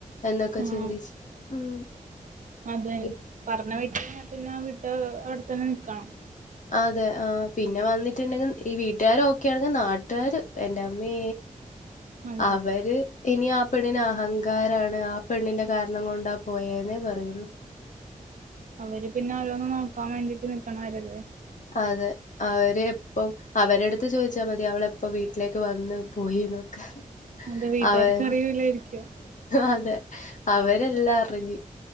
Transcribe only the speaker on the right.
മ്
അദ്ദേ
പറഞ്ഞ വീട്ടിൽ പിന്നെ വിട്ട അവിടെ തന്നെ നിക്കണം
അതെ
അവര് പിന്നെ അവരോന്നന്ന് നോക്കാൻ വേണ്ടിട്ട് നിക്കക്കണവരല്ലേ
എന്താ വീട്ടുകാർക്ക്
അറിയൂല്ലായിരിക്കുവൊ